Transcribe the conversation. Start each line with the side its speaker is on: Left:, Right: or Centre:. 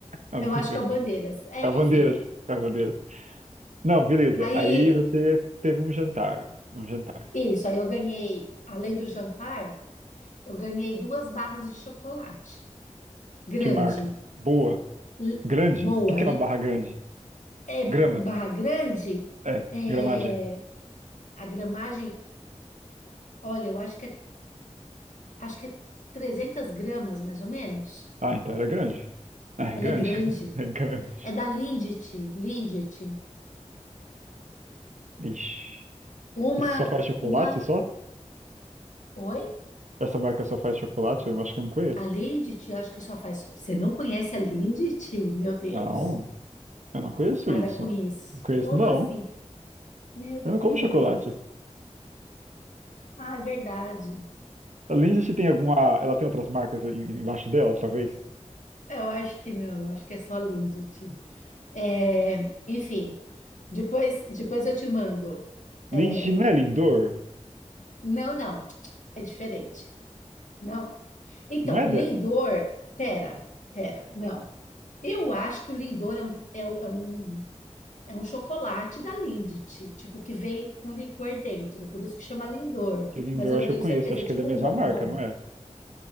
Right: Ah,
Left: Eu
Right: não sei.
Left: acho que é o Bandeiras. É,
Right: Cavandeiras,
Left: enfim.
Right: Cavandeiras. Não, beleza.
Left: Aí,
Right: Aí você teve um jantar. Um jantar.
Left: isso, aí eu ganhei, além do jantar, eu ganhei duas barras de chocolate. Grande,
Right: Que marca? Boa.
Left: l-
Right: Grande?
Left: boa.
Right: O que que
Left: l-
Right: é uma barra grande?
Left: É,
Right: Gramas?
Left: barra grande,
Right: É,
Left: é,
Right: gramagem.
Left: a gramagem, olha, eu acho que é acho que é 300 gramas, mais ou menos.
Right: Ah, então era grande. Ah, é
Left: Ela
Right: grande.
Left: é grande.
Right: <laughs> É grande.
Left: É da Lindt, Lindt.
Right: Ixi.
Left: Uma,
Right: Isso só faz chocolate,
Left: uma,
Right: só?
Left: oi?
Right: Essa marca só faz chocolate? Eu acho que eu não conheço.
Left: A Lindt, eu acho que só faz. Você não conhece a Lindt? Meu Deus.
Right: Não, eu não conheço
Left: Para
Right: isso.
Left: com isso.
Right: Não conheço,
Left: Como
Right: não.
Left: assim? Meu
Right: Eu não
Left: Deus.
Right: como chocolate.
Left: Ah, é verdade.
Right: A Lindt tem alguma... Ela tem outras marcas em- embaixo dela, talvez?
Left: Eu acho que não, acho que é só Lindt. É, enfim, depois, depois eu te mando. É,
Right: Lindt não é Lindor?
Left: não, não, é diferente. Não. Então,
Right: Não é,
Left: Lindor, pera, pera, não. Eu acho que o Lindor é um, é um, é um, é um chocolate da Lindt, tipo, que vem com licor dentro, por isso que chama Lindor,
Right: Que Lindor,
Left: mas eu
Right: acho
Left: não tenho
Right: que eu conheço,
Left: certeza,
Right: acho
Left: é tipo
Right: que é da mesma
Left: um bombom.
Right: marca, não é?